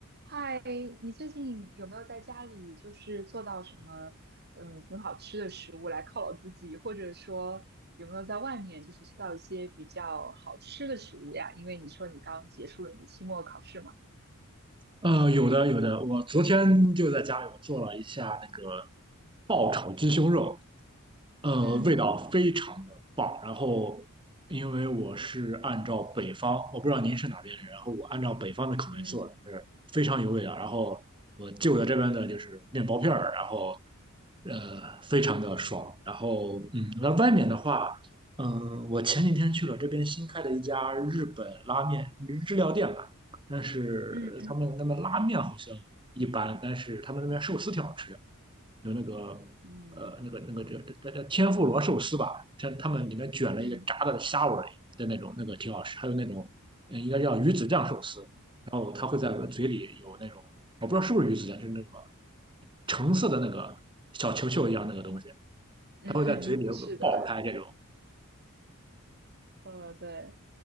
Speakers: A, on the right; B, on the right.
A: 嗨，你最近有没有在家里就是做到什么嗯很好吃的食物来犒劳自己，或者说有没有在外面就是吃到一些比较好吃的食物呀？因为你说你刚结束了你的期末考试嘛。
B: 呃，有的有的，我昨天就在家里我做了一下那个爆炒鸡胸肉，呃，
A: 嗯
B: 味道非常的棒。然后，因为我是按照北方，我不知道您是哪边人，然后我按照北方的口味做的，
A: 嗯
B: 就是非常有味道。然后我就着这边的就是面包片儿，然后呃，非常的爽。然后，嗯，那外面的话，嗯，我前几天去了这边新开的一家日本拉面日料店吧，但是他们那边拉面好像一般，
A: 嗯嗯
B: 但是他们那边寿司挺好吃的。有那个
A: 嗯
B: 呃那个那个叫叫叫天妇罗寿司吧，像他们里面卷了一个炸的虾尾的那种，
A: 嗯
B: 那个挺好吃。还有那种嗯应该叫鱼子酱寿司，然后它会在嘴里有那种我不知道是不是鱼子酱，就是那个橙色的那个小球球一样那个东西，
A: 嗯嗯，
B: 它会在嘴里爆开这种。
A: 嗯，是的。呃，对，